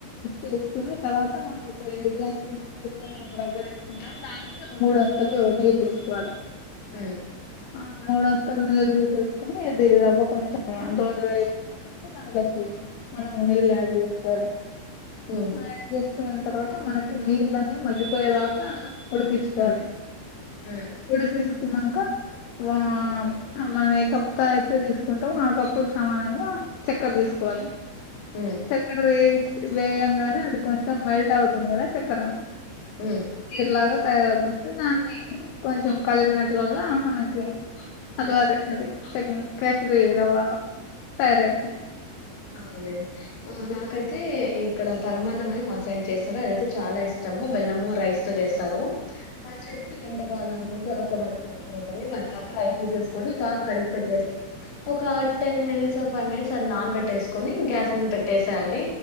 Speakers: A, on the left; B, on the left.
A: చేసుకుని తర్వాత మనం ఇప్పుడు మనం ఏ గ్లాస్ <unintelligible> రబ్బ తీసుకుంటాం దానికి మూడుొంతులు నీళ్ళేసుకోవాలే
B: హుమ్
A: ఆ మూడు వంతలు నీలు తీసేసుకుని ఇది రవ్వ కొంచెం దోరిగ ఎగిన తర్వాత దాంట్లకి మనం నీళ్ళు అడ్డ్ చేసుకోవాలే
B: ఉమ్ ఉమ్
A: అడ్ చెస్ కున్న తర్వాత మనకి నీళ్ళన్నీ మగ్గిపోయేదాకా ఉడికించుకోవాలి
B: ఉమ్ ఉమ్
A: ఉడక కున్నాంక ఆ మనం ఏ కప్పు అయితే తీసుకుంటాం ఆ కప్పుకు సమానంగా చక్కర తీసుకోవాలి
B: ఉమ్
A: చక్కర తీస్ వేయంగానే అది కొంచెం మెల్ట్ అవుతుంది కదా చెక్కర
B: ఉమ్
A: తిర్లగా తయారవుతుంది దాన్ని కొంచెం కలిపినట్లల్ల మన కి హల్వారి
B: ఉమ్
A: అది చం కేసరి రవ్వ తయారైతుంది
B: అవునండి నాకైతే ఇక్కడ పరమాన్నాం అని మా సైడ్ చేస్తారు అదైతే చాలా ఇష్టము బెల్లము రైస్ తో చేస్తారు ఫస్ట్ అయితే మీకు ఎంత కావాల అనుకుంటే ఒక వన్ కప్ అనుకోండి వన్ కప్ రైస్ వేసేసుకొని బాగా కడిగి పెట్టేసి ఒక టెన్ మినిట్స్ ఫైవ్ మినిట్స్ అ నాన్ పెట్ పెట్టెసుకొని గ్యాస్ మీద పెట్టేసేయాలి